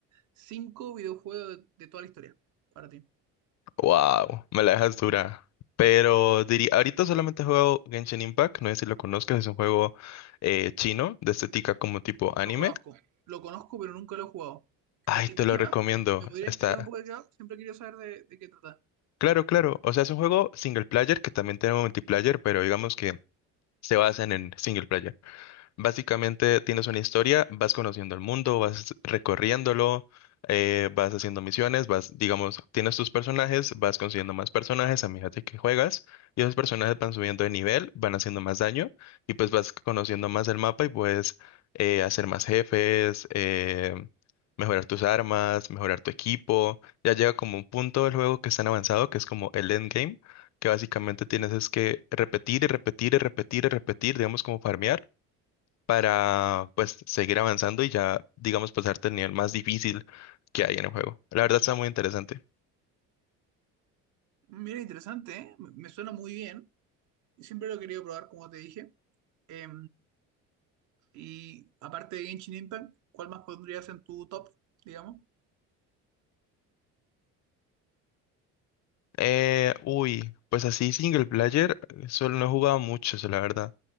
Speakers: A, on the right (about 55°); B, on the left (about 50°).
A: 5 videojuegos de, de toda la historia para ti.
B: Wow, me la dejas dura. Pero diría, ahorita solamente he jugado Genshin Impact, no sé si lo conozcas, es un juego eh, chino de estética como tipo anime.
A: Lo conozco, lo conozco, pero nunca lo he jugado.
B: Ay,
A: ¿De qué,
B: te
A: de
B: lo
A: qué va?
B: recomiendo.
A: ¿Me podrías
B: Está.
A: explicar un poco de qué va? Siempre he querido saber de, de qué trata.
B: Claro, claro. O sea, es un juego single player que también tiene multiplayer, pero digamos que se basan en single player. Básicamente tienes una historia, vas conociendo el mundo, vas recorriéndolo, eh, vas haciendo misiones, vas, digamos, tienes tus personajes, vas consiguiendo más personajes a medida de que juegas y esos personajes van subiendo de nivel, van haciendo más daño y pues vas conociendo más el mapa y puedes eh, hacer más jefes, eh, mejorar tus armas, mejorar tu equipo. Ya llega como un punto del juego que es tan avanzado que es como el endgame, que básicamente tienes es que repetir y repetir y repetir y repetir, digamos como farmear para pues seguir avanzando y ya, digamos, pasarte el nivel más difícil que hay en el juego. La verdad está muy interesante.
A: Mira, interesante, ¿eh? Me me suena muy bien. Siempre lo he querido probar, como te dije. Eh, Y aparte de Genshin Impact, ¿cuál más pondrías en tu top, digamos?
B: Eh, uy, pues así single player, solo no he jugado mucho, eso, la verdad.